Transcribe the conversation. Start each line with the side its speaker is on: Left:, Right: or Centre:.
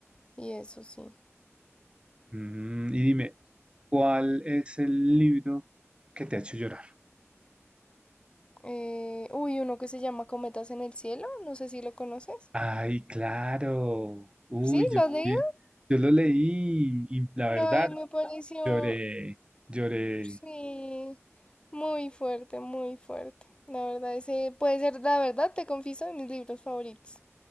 Left: Y eso sí.
Right: Mm, y dime, ¿cuál es el libro que te ha hecho llorar?
Left: Eh, uy, uno que se llama Cometas en el Cielo, no sé si lo conoces.
Right: Ay, claro. Uy,
Left: ¿Sí?
Right: yo
Left: ¿Lo
Right: también.
Left: has leído?
Right: Yo lo leí y la verdad
Left: Ay, me pareció,
Right: lloré, lloré
Left: sí, muy fuerte, muy fuerte. La verdad, ese puede ser, la verdad, te confieso, de mis libros favoritos.